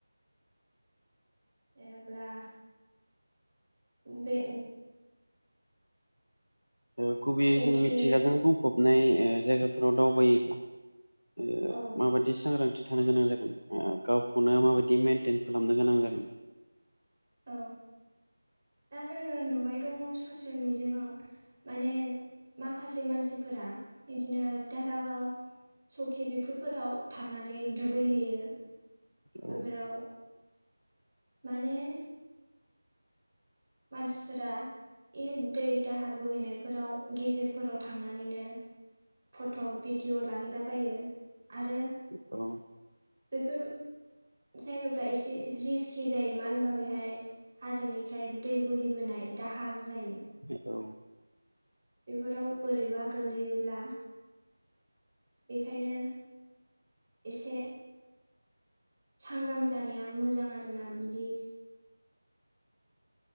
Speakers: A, on the right; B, on the left.
A: जेनोब्ला बे
B: ओ गुबैयै
A: सौखि
B: जों मिथिंगाजों बुंफबनाय ओ जायगाफोराव दावबायोब्ला ओ
A: औ
B: माबायदि सांग्रांथि थानो गोनां जागोन, ओ गावखौनो माबायदि मेनटेन खालामनो गोनां जागोन?
A: औ। दा जोङो नुबाय दङ ससियेल मिजिङावआव माने माखासे मानसिफोरा बिदिनो धारागाव सखि बेफोरफोराव थांनानै दुगैहैयो।
B: औ
A: बेफोराव माने मानसिफोरा ए दै दाहार बोहैनायफोराव गेजेरफोराव थांनानैनो फट' भिडिअ' लाहैलाबायो। आरो
B: औ।
A: बेफोर जायगाफ्रा एसे रिस्कि जायो। मानो होनबा बेहाय हाजोनिफ्राय दै बोहैबोनाय दाहार जायो
B: औ।
A: बेफोराव बोरैबा गोलैयोब्ला बेखायनो एसे सांग्रां जानाया मोजां आरोना बिदि